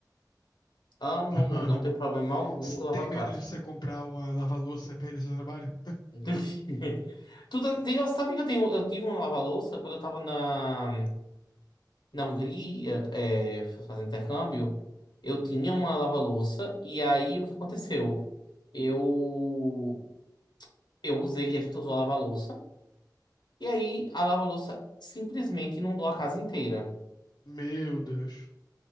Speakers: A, on the left; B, on the left.
A: Amo,
B: <laughs>
A: amo, amo. Não tenho problema algum
B: S-
A: com lava-prato.
B: Tem medo de você comprar uma lava-louça e perder seu trabalho?
A: <laughs> Tudo, tem, eu sabia que eu, tenho, eu tive uma lava-louça quando eu tava na, na Hungria, é, fazendo intercâmbio. Eu tinha uma lava-louça e aí o que aconteceu? Eu, eu usei, a gente usou a lava-louça. E aí a lava-louça simplesmente inundou a casa inteira.
B: <laughs> Meu Deus.